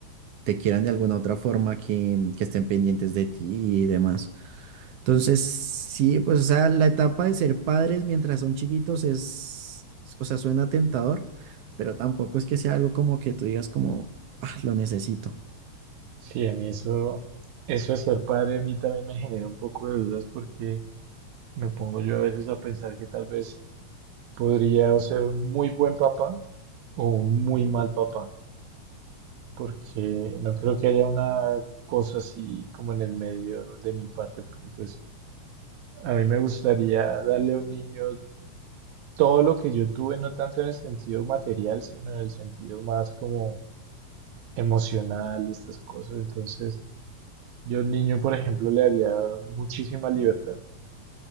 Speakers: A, on the right; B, on the right.
A: te quieran de alguna otra forma, que, que estén pendientes de ti y demás. Entonces, sí, pues, o sea, la etapa de ser padres mientras son chiquitos es, o sea, suena tentador, pero tampoco es que sea algo como que tú digas como, ah, lo necesito.
B: Sí, a mí eso, eso de ser padre a mí también me genera un poco de dudas porque me pongo yo a veces a pensar que tal vez podría o ser un muy buen papá o un muy mal papá. porque no creo que haya una cosa así como en el medio de mi parte, porque pues a mí me gustaría darle a un niño todo lo que yo tuve, no tanto en el sentido material, sino en el sentido más como emocional y estas cosas. Entonces, yo al niño, por ejemplo, le daría muchísima libertad.